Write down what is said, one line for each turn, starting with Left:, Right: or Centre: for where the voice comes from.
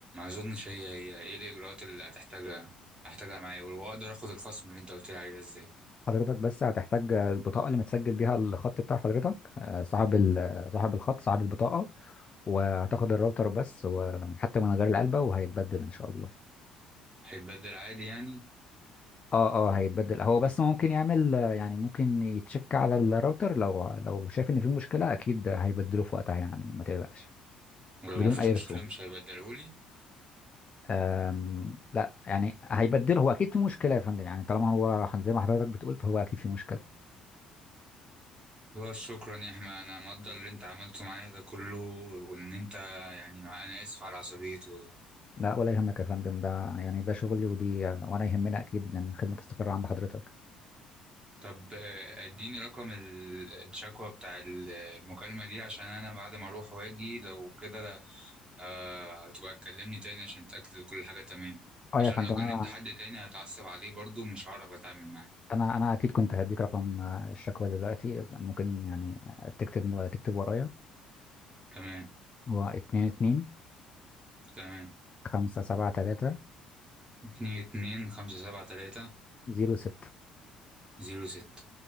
Right: اظنش هي هي ايه الاجراءات اللي هتحتاجها هحتاجها معايا واقدر اخد الخصم اللي انت قلت لي عليه ده ازاي
Left: حضرتك بس هتحتاج البطاقة اللي متسجل بيها الخط بتاع حضرتك أه، صاحب ال- صاحب الخط صاحب البطاقة وهتاخد الراوتر بس وحتى من غير العلبة وهيتبدل ان شاء الله
Right: هيتبدل عادي يعني
Left: اه اه هيتبدل هو بس ممكن يعمل يعني ممكن يتشك على الراوتر لو لو شايف ان في مشكلة اكيد هيبدله في وقتها يعني ما تقلقش
Right: ولو
Left: بدون
Right: ما فيهوش
Left: اي
Right: مشكله
Left: رسوم
Right: مش هيبدلهولي
Left: أم، لا يعني هيبدله هو اكيد في مشكله يا فندم يعني طالما هو حد- زي ما حضرتك بتقول فهو اكيد في مشكله
Right: لا شكرا يا احمد انا مقدر اللي انت عملته معايا ده كله وان انت يعني مع انا اسف على عصبيتي والله
Left: لا ولا يهمك يا فندم ده يعني ده شغلي ودي وانا يهمنا اكيد ان الخدمه تستقر عند حضرتك
Right: طب آه، اديني رقم ال- الشكوى بتاع ال- المكالمة دي عشان انا بعد ما اروح واجي لو كده آه، هتبقى تكلمني تاني عشان تأكد إن كل حاجة تمام
Left: اه
Right: عشان
Left: يا فندم
Right: لو كلمت
Left: انا
Right: حد تاني هتعصب عليه برضو مش هعرف اتعامل معاه
Left: انا انا اكيد كنت هديك رقم آه، الشكوى دلوقتي ممكن يعني تكتب تكتب ورايا
Right: تمام
Left: هو اتنين اتنين
Right: تمام
Left: خمسة سبعة تلاتة
Right: اتنين اتنين خمسة سبعة تلاتة
Left: زيرو ستة
Right: زيرو ستة